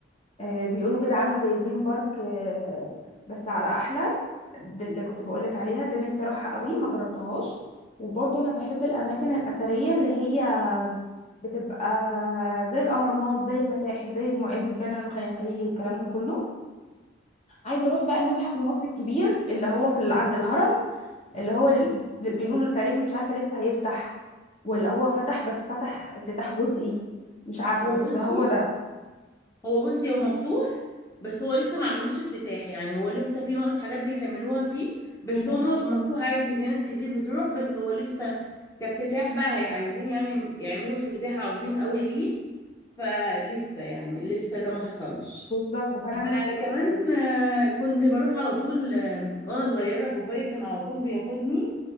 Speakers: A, on the left (about 35°); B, on the left (about 15°).
A: آه بيقولوا كده عامله زي دريم بارك آه بس على احلى دي اللي كنت بقول لك عليها ده نفسي اروحها قوي ما جربتهاش وبرضه انا بحب الاماكن الاثريه اللي هي بتبقى زي الاهرامات زي المتاحف زي المعز فعلا والخان الخليلي والكلام ده كله عايزه اروح بقى المتحف المصري الكبير اللي هو في ال- عند الهرم اللي هو ال... بيقولوا تقريبا مش عارفة لسه هيفتح ولا هو فتح بس فتح افتتاح جزئي مش عارفة
B: هو
A: بس
B: بصي
A: هو ده
B: هو بصي هو مفتوح بس هو لسه ما عملوش افتتاح يعني هو لسه في نقط حاجات بيكملوها فيه بس
A: مم.
B: هو م- مفتوح عادي في ناس كتير بتروح بس هو لسه كافتتاح بقى هي- عايزين يعني يعملوا افتتاح عظيم قوي ليه فلسه يعني لسه ده ما حصلش
A: بالظب فانا
B: بقى
A: نفسي اروح
B: كمان
A: أوي.
B: آه، كنت بروح على طول آه، وانا صغيره بابايا كان على طول بياخدني